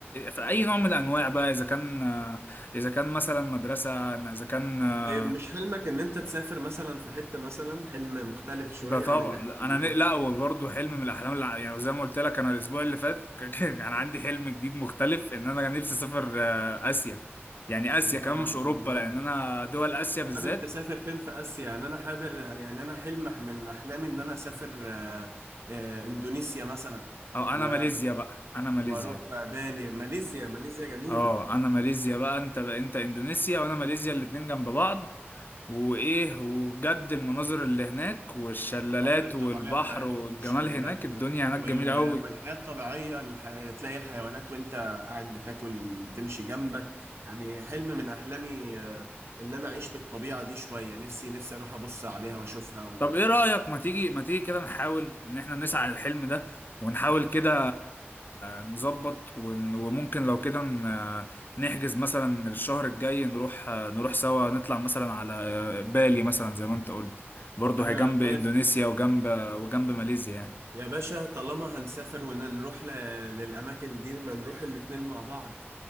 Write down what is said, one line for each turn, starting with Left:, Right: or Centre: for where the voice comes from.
Left: فاي نوع من الانواع بقى اذا كان آه، اذا كان مثلا مدرسه اذا كان آه،
Right: طيب مش حلمك ان انت تسافر مثلا في حتة مثلا حلم مختلف شوية
Left: ده طبعا
Right: عن اللي احنا
Left: لا
Right: قلناه
Left: انا ن- لا هو برضه حلم من الاحلام اللي ع- يعني زي ما قلت لك انا الاسبوع اللي فات <laughs> ك- كان يعني عندي حلم جديد مختلف ان انا كان نفسي اسافر آه، اسيا يعني اسيا
Right: الله
Left: كمان مش اوروبا
Right: الله
Left: لان انا دول اسيا بالذات
Right: حابب تسافر فين في اسيا يعني انا حابب يعني انا حلم من احلامي ان انا اسافر آه، آه، اندونيسيا مثلا
Left: او انا
Right: و-
Left: ماليزيا بقى انا ماليزيا
Right: واروح بالي ماليزيا ماليزيا جميلة
Left: اه انا ماليزيا بقى انت بقى انت اندونيسيا وانا ماليزيا الاتنين جنب بعض وايه وبجد المناظر اللي هناك والشلالات
Right: المناظر الطبيعية
Left: والبحر
Right: بتاعتهم
Left: والجمال
Right: والشلالات
Left: هناك
Right: وال...
Left: الدنيا هناك
Right: وال...
Left: جميلة قوي
Right: والحياة الطبيعية الح... تلاقي الحيوانات وانت قاعد بتاكل بتمشي جنبك يعني حلم من أحلامي آه، إن أنا أعيش بالطبيعة دي شوية نفسي نفسي أروح أبص عليها وأشوفها و...
Left: طب ايه رأيك ما تيجي ما تيجي كده نحاول ان احنا نسعى للحلم ده ونحاول كده نظبط ون- وممكن لو كده ن- نحجز مثلا الشهر الجاي نروح نروح سوا نطلع مثلا على آه، بالي مثلا زي ما انت قلت برضه
Right: أنا
Left: هي جنب
Right: موافق
Left: اندونيسيا وجنب وجنب ماليزيا يعني.
Right: يا باشا طالما هنسافر ونروح ل... للأماكن دي ما نروح الاتنين مع بعض